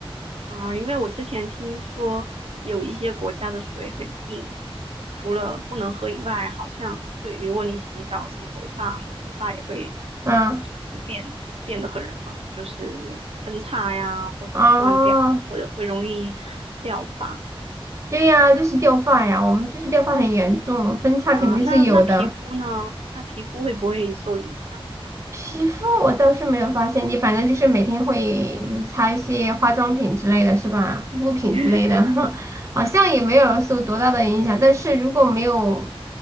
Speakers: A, on the right; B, on the right.
A: 啊，因为我之前听说有一些国家的水很硬，除了不能喝以外，好像对，如果你洗澡、洗头发后，头发也会
B: 嗯，
A: 就是变变得很很就是分叉呀，或者是断掉，
B: 哦，
A: 或者会容易掉发
B: 对呀，就是掉发呀，我们就是掉发很严重，分叉肯定是有的。
A: 啊。那那皮肤呢？那皮肤会不会受影响？
B: 皮肤我倒是没有发现，你反正就是每天会就是擦一些化妆品之类的是吧？护肤品之类的，
A: <laughs>
B: <laughs> 好像也没有受多大的影响。但是如果没有